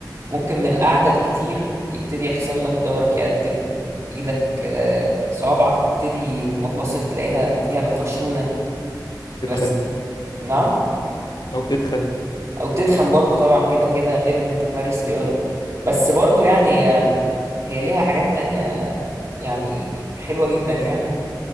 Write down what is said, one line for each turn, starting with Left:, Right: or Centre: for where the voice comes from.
Right: ممكن من القعدة الكتير يبتدي يحصل لك ضهرك يرتب ايدك آه، صوابعك تبتدي مفاصل تلاقيها فيها بقى خشونة
Left: تدخل
Right: بس نعم
Left: او تدخل
Right: او تتخن برضو طبعا كده كده غير ان انت تمارس رياضة بس برضو يعني هي هي ليها حاجات تانية يعني حلوة جدا يعني